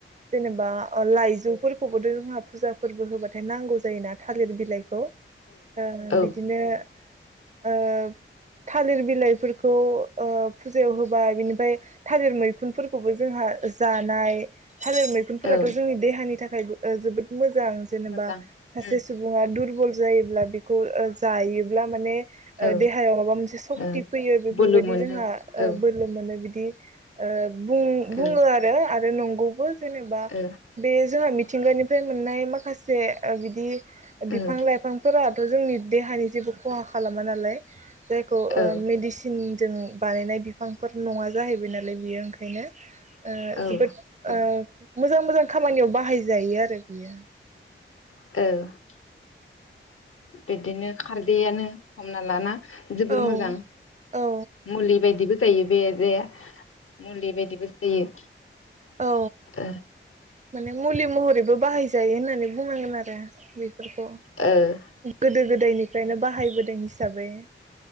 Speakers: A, on the right; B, on the left.
A: जेनेबा ओ लाइजौफोरखौबोथ जोंहा फुजा फोरबो होबाथाय नांगौ जायो ना थालिर बिलाइ खौ ओ
B: औ
A: बिदिनो ओ थालिर बिलाइ फोरखौ ओ फुजायाव होबाय बिनिफ्राय थालिर मैखुनफोरखौबो जोंहा जानाय थालिर मैगुनफोराथ'
B: औ
A: जोंनि देहानि थाखाय जोबोद मोजां जेनेबा
B: मोजां
A: सासे
B: उम
A: सुबुङा दुरबल जायोब्ला बेखौ जायोब्ला माने
B: औ
A: देहायाव माबा मोनसे सक्ति
B: ओ
A: फैयो बेफोरबायदि
B: बोलो मोनो
A: जोंहा
B: औ
A: बोलो मोनो। बिदि ओ बुं-बुङो
B: औ
A: आरो आरो नंगौबो जेनेबा
B: ओ
A: बे जोंहा मिथिंगानिफ्राय मोननाय माखासे बिदि बिफां
B: ओ
A: लाइफांफोराथ' जोंनि देहानि जेबो खहा खालामा नालाय। जायखौ
B: औ
A: मेडिसिन जों बानायनाय बिफांफोर नङा जाहैबाय नालाय बियो ओंखायनो ओ
B: औ
A: जोबोद
B: औ
A: मोजां मोजां खामानियाव बाहायजायो आरो बियो।
B: औ बिदिनो खारदैयानो हमना ला ना जोबोर
A: औ
B: मोजां
A: औ
B: मुलि बायदिबो जायो बे जे मुलि बायदिबो जायो
A: औ
B: ओ
A: माने मुलि महरैबो बाहायजायो होननानै बुनांगोन आरो ओ बय खौ
B: ओ ओ
A: गोदो गोदायनिफ्रायनो बाहायबोदों इस जाबै